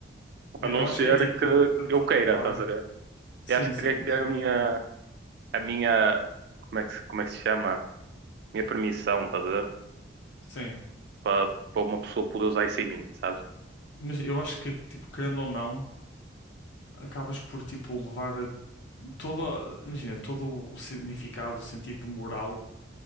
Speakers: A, on the left; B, on the right.
A: Eu
B: A não
A: eu
B: ser
A: acho que é tipo
B: que
A: tentar
B: eu queira,
A: levar.
B: estás a ver?
A: Sim,
B: Eu acho que
A: sim,
B: teria que ter
A: mas eu-
B: a minha, a minha, como é que, se- como é que se chama? Minha permissão, estás a ver?
A: sim.
B: Para para uma pessoa poder usar isso em mim, sabes?
A: Mas eu acho que tipo, querendo ou não, acabas por tipo levar a- toda, imagina, todo o significado, o sentido de moral